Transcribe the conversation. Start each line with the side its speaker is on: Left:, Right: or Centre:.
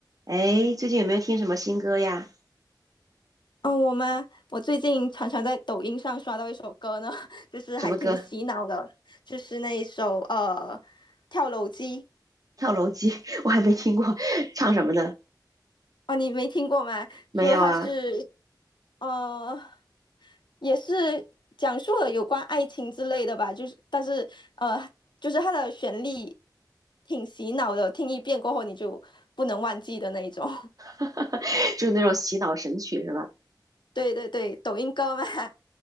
Right: 哎，最近有没有听什么新歌呀？
Left: 嗯，我们，我最近常常在抖音上刷到一首歌呢，<laughs> 就是还挺洗脑的，
Right: 什么歌？
Left: 就是那一首呃《跳楼机》
Right: 跳楼机，<laughs> 我还没听过，唱什么的？
Left: 哦，你没听过吗？
Right: 没有啊，
Left: 就它是呃也是讲述了有关爱情之类的吧，就是但是呃就是它的旋律挺洗脑的，听一遍过后你就不能忘记的那一种。
Right: <laughs> 就是那种洗脑神曲是吧？
Left: <laughs> 对对对，抖音歌嘛。<laughs>